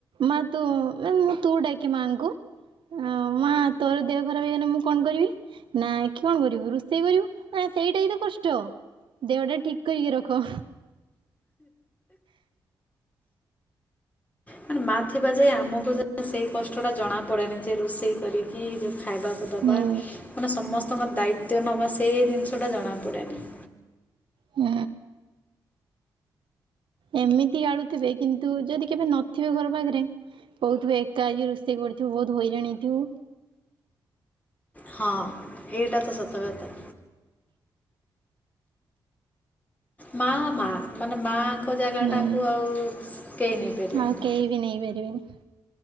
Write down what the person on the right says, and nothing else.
ମା ତୁ ମୁଁ ତୁ ଡାକେ ମାଆଁଙ୍କୁ। ଓ ମାଁ ତୋର ଦେହ ଖରାପେ ହେଇଗଲନେ ମୁଁ କଣ କରିବି। ନାଇ କି ଅଣ କରିବୁ ରୋଷେଇ କରିବୁ ସେଇଟା ହି ତ କଷ୍ଟ। ଦେହଟା ଠିକ୍ କରିକି ରଖ।
ହୁଁ
ହୁଁ। ଏମିତି ଗାଳୁଥିବେ କିନ୍ତୁ ଯଦି କେବେ ନଥିବେ ଘର ପାଖରେ କୋହୁଥୁବେ ଏକା ଆଜି ରୋଷେଇ କରିଥିବୁ ବୋହୁତ ହଇରାଣହେଇଥିବୁ।
ହୁଁ
ଆଉ କେହି ବି ନେଇପାରିବେନି